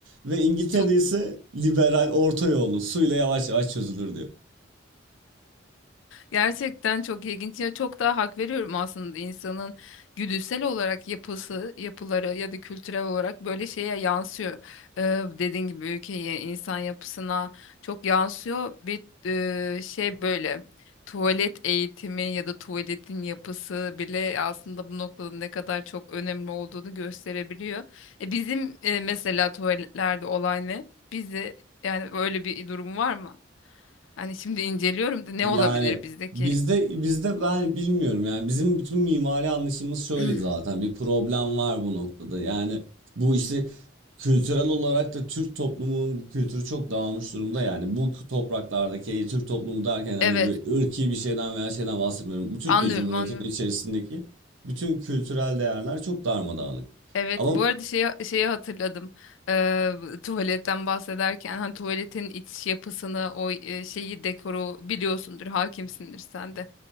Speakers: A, on the right; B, on the left.
A: Ve İngiltere'de
B: Çok
A: ise liberal orta yolu suyla yavaş yavaş çözülür diyor.
B: Gerçekten çok ilginç ya çok daha hak veriyorum aslında insanın güdüsel olarak yapısı, yapıları ya da kültürel olarak böyle şeye yansıyor. Ee, dediğin gibi ülkeye, insan yapısına çok yansıyor. Bir e, şey böyle tuvalet eğitimi ya da tuvaletin yapısı bile aslında bu noktada ne kadar çok önemli olduğunu gösterebiliyor. E, bizim e, mesela tuvaletlerde olay ne? Bizi yani öyle bir durum var mı? Hani şimdi inceliyorum da ne
A: Yani
B: olabilir bizdeki?
A: bizde bizde ben bilmiyorum yani bizim bütün mimari anlayışımız şöyle
B: <clears throat>
A: zaten bir problem var bu noktada. Yani bu işte kültürel olarak da Türk toplumunun kültürü çok dağılmış durumda yani bu topraklardaki e, Türk toplumu derken hani
B: Evet,
A: böyle ırki bir şeyden veya şeyden bahsetmiyorum. Bu Türkiye
B: anlıyorum,
A: Cumhuriyeti'nin
B: anlıyorum.
A: içerisindeki bütün kültürel değerler çok darmadağınık.
B: Evet,
A: Ama
B: bu arada
A: <laughs>
B: şeyi, şeyi hatırladım. Ee, tuvaletten bahsederken hani tuvaletin iç yapısını, o e, şeyi, dekoru biliyorsundur, hakimsindir sen de.